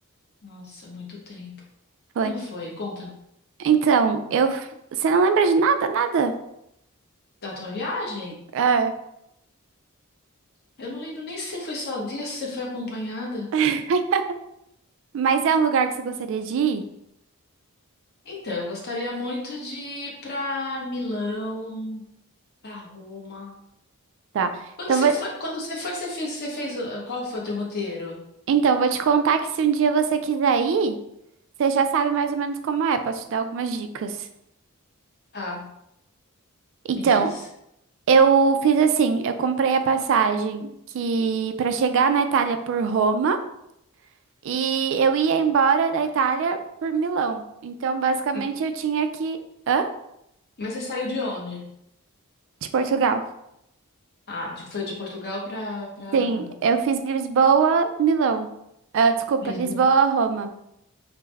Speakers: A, on the left (about 45°); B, on the right (about 60°).
A: Nossa, muito tempo.
B: Foi.
A: Como foi? Conta
B: Então, eu. Você não lembra de nada, nada?
A: da tua viagem?
B: É.
A: Eu não lembro nem se você foi sozinha, se você foi acompanhada.
B: <laughs> Mas é um lugar que você gostaria de ir?
A: Então, eu gostaria muito de ir para Milão, para Roma.
B: Tá.
A: Quando
B: Então,
A: você
B: vou...
A: foi, quando você foi, você fez, você fez, uh, qual foi o teu roteiro?
B: então, eu vou te contar que se um dia você quiser ir, você já sabe mais ou menos como é. Posso te dar algumas dicas.
A: Ah,
B: Então,
A: me diz.
B: eu fiz assim, eu comprei a passagem que para chegar na Itália por Roma e eu ia embora da Itália por Milão. Então, basicamente,
A: M-
B: eu tinha que Hã?
A: Mas você saiu de onde?
B: De Portugal.
A: Ah, de, foi de Portugal para para
B: Sim, eu fiz Lisboa, Milão. Ah, desculpa,
A: Lisboa.
B: Lisboa, Roma.